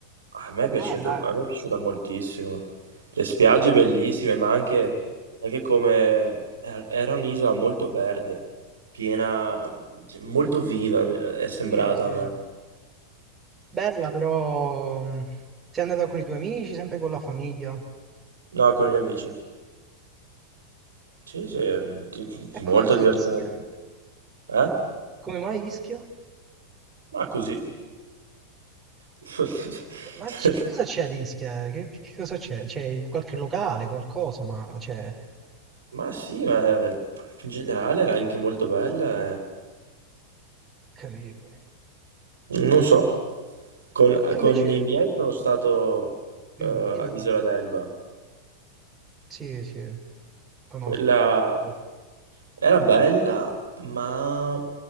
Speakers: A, on the right; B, on the right.
A: a me
B: è
A: è
B: bella,
A: piaciuto,
B: eh.
A: a me è piaciuta moltissimo. Le spiagge bellissime, ma anche, anche come er- era un'isola molto verde, piena, cioè, molto viva, è sembrata
B: Sì, sì.
A: a me.
B: Bella però, mh, sei andata con i tuoi amici, sempre con la famiglia.
A: No, con gli amici. Sì, sì, è di-
B: E
A: molto
B: come mai
A: divertente.
B: Ischia?
A: Eh?
B: Come mai Ischia?
A: Ma così. <laughs>
B: Ma c- che cosa c'è ad Ischia? Che, che cosa c'è? C'è qualche locale, qualcosa, ma c'è...
A: Ma sì, ma eh, in generale era anche molto bella. eh.
B: Capito.
A: Non so, con,
B: Io invece...
A: con i miei sono stato
B: Mm,
A: eh,
B: dimmi,
A: ad
B: dimmi.
A: Isola d'Elba.
B: Sì, sì, conosco,
A: Quella
B: conosco
A: era bella, ma